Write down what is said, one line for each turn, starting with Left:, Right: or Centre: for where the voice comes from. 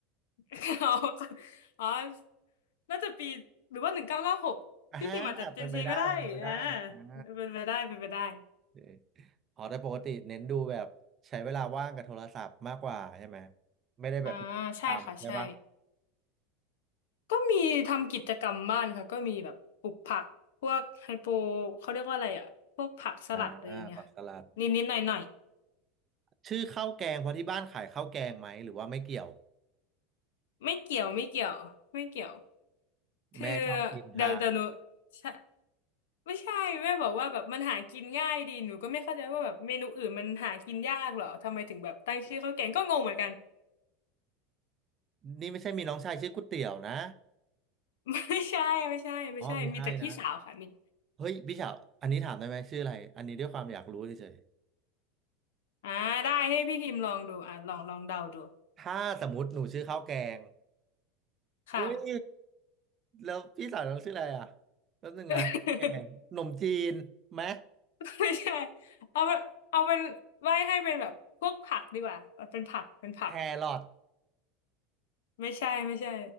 Left: <laughs> อ๋ออ๋ <laughs> อน่าจะปีหรือว่าหนึ่งเก้าเก้าหกพี่คิมอาจจะเจนซีก็ได้อ่า
Right: อ่าเป็นไปได้พอเป็นไปได้อ่า
Left: เป็นไปได้เป็นไปได้
Right: โอเคอ๋อแต่ปกติเน้นดูแบบใช้เวลาว่างกับโทรศัพท์มากกว่าใช่ไหมไม่ได้แบบกิจกรรมใช่ปะ
Left: อ่าใช่ค่ะใช่ก็มีทำกิจกรรมบ้านค่ะก็มีแบบปลูกผักพวกไฮโปเขาเรียกว่าอะไรอ่ะพวกผักสลัดอะไรอย่างเงี้ย
Right: อ่าผักสลัด
Left: นิดนิดหน่อยหน่อย
Right: ชื่อข้าวแกงเพราะที่บ้านขายข้าวแกงไหมหรือว่าไม่เกี่ยว
Left: ๆไม่เกี่ยวไม่เกี่ยวไม่เกี่ยว คือ
Right: แม่ชอบกินฮา
Left: เดาวเดีวหนูใช่ไม่ใช่แม่บอกว่าแบบมันหากินง่ายดีหนูก็ไม่เข้าใจว่าแบบเมนูอื่นมันหากินยากเหรอทำไมถึงแบบตั้งชื่อข้าวแกงก็งงเหมือนกัน
Right: นี่ไม่ใช่มีน้องชายชื่อก๋วยเตี๋ยวนะ
Left: <laughs> ไม่ใช่ไม่ใช่ไม่ใช่มีแต่พี่สาวค่ะมิน
Right: อ๋อไม่ใช่นะเฮ้ยพี่เฉาอันนี้ถามได้ไหมชื่ออะไรอันนี้ด้วยความอยากรู้เฉย
Left: อ่าได้ให้พี่พิมพ์ลองดูอ่าลองลองเดาดู
Right: ๆถ้าสมมติหนูชื่อข้าวแกง
Left: ค่ะ
Right: อุ้ยแล้วพี่สาวน้องชื่ออะไรอ่ะแป๊บนึงนะแกงขนมจีนไหม
Left: <laughs> ไม่ใช่เอาเป็นเอาเป็นไว้ให้เป็นแบบพวกผักดีกว่าเอาเป็นผักเป็นผัก
Right: แครอท
Left: ไม่ใช่ไม่ใช่